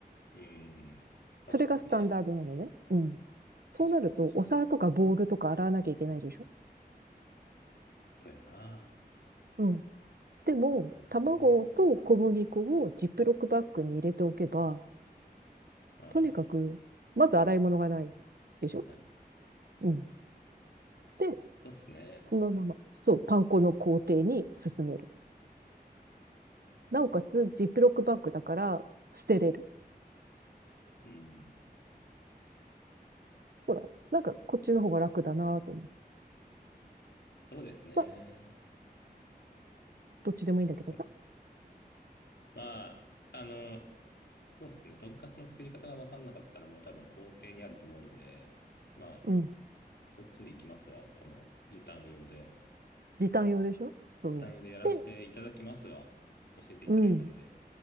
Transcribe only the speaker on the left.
うん。確かにね。
確かに、確かに。
そうやな。
そうっすね。
まあまあまあ、
わかりますよ。
はい。
そうっすね。
はい。
うん。
そうですね。
そ、まあ、あの、そうっすね。とんかつの作り方がわかんなかったらもう多分工程にあると思うんで、まあ、
こっちで行きますわ。この時短用で。
時短用でやらせていただきますわ。
教えていただいたんで。